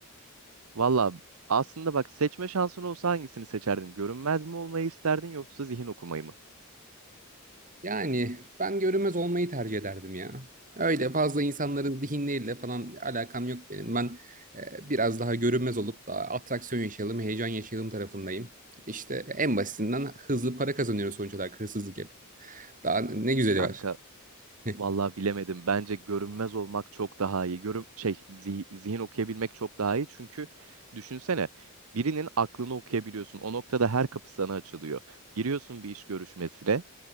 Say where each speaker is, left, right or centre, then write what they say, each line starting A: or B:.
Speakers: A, on the right; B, on the right.
A: Valla aslında bak seçme şansın olsa hangisini seçerdin? Görünmez mi olmayı isterdin yoksa zihin okumayı mı?
B: Yani ben görünmez olmayı tercih ederdim ya. Öyle fazla insanların zihinleriyle falan alakam yok benim. Ben e, biraz daha görünmez olup da atraksiyon yaşayalım, heyecan yaşayalım tarafındayım. İşte en basitinden hızlı para kazanıyoruz sonuç olarak hırsızlık yap. Daha ne güzeli
A: Kanka
B: var. <laughs>
A: valla bilemedim. Bence görünmez olmak çok daha iyi. Görün şey zi- zihin okuyabilmek çok daha iyi. Çünkü düşünsene birinin aklını okuyabiliyorsun. O noktada her kapı sana açılıyor. Giriyorsun bir iş görüşmesine.